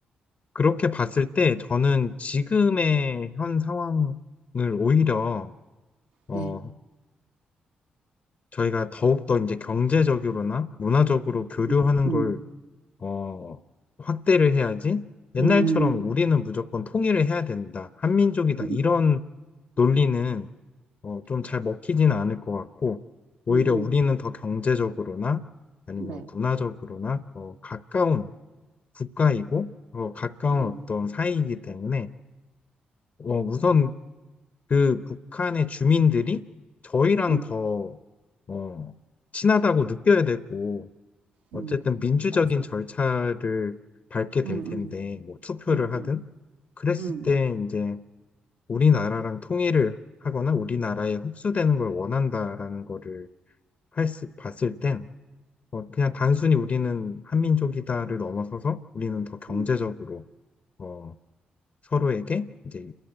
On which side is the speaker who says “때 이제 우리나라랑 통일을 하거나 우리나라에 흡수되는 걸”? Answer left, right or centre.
Left